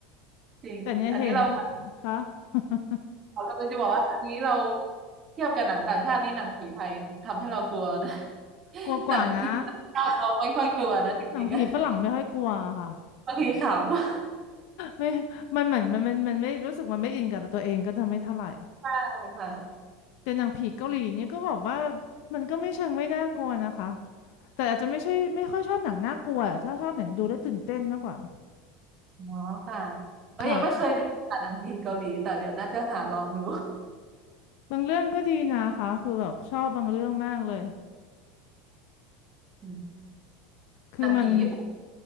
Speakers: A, on the right (about 25°); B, on the left (about 55°).
A: จริงอันนี้เรา
B: แต่เนี่ยเห็นพวกคะ <laughs>
A: เขากำลังจะบอกว่าอันนี้เราเทียบกับหนังต่างชาตินี่หนังผีไทยทำให้เรากลัวนะ <laughs>
B: กลัวกว่านะ
A: หนังผีต่างชาติเราไม่ค่อยกลัวนะจริงๆอะ
B: หนังผีฝรั่งไม่ค่อยกลัวค่ะ
A: บางทีขำ
B: ไม่มันเหมือนมันมันมันไม่รู้สึกมันไม่อินกับตัวเองก็จะไม่เท่าไหร่
A: ใช่ค่ะ
B: แต่หนังผีเกาหลีเนี่ยก็บอกว่ามันก็ไม่เชิงไม่น่ากลัวนะคะแต่อาจจะไม่ใช่ไม่ค่อยชอบหนังน่ากลัวอะชอบชอบหนังดูแล้วตื่นเต้นมากกว่า
A: เนาะค่ะเอ้ยยังไม่เคยดูค่ะหนังผีเกาหลีแต่เดี๋ยวน่าจะหาลองดู
B: ค่ะบางเรื่องก็ดีนะคะคือแบบชอบบางเรื่องมากเลย
A: อืม
B: คือมัน
A: หนังผีญี่ปุ่น